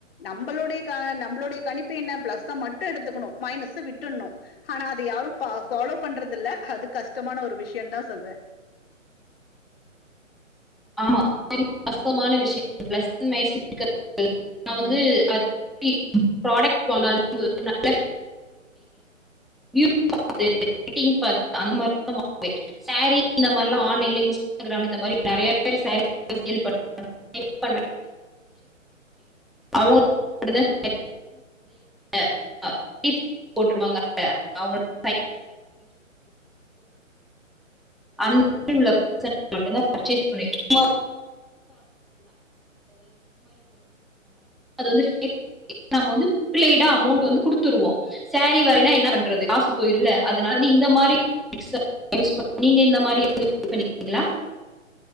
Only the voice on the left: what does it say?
நம்பளுடைய கா நம்பளுடைய கணிப்பு என்ன பிளஸ்ச மட்டும் எடுத்துக்கனு மைனஸ்ச விட்டறனு ஆனா அத யாரும் பா ஃபாலோ பண்றது இல்ல அது கஷ்டமான ஒரு விஷியம் தா சொல்வ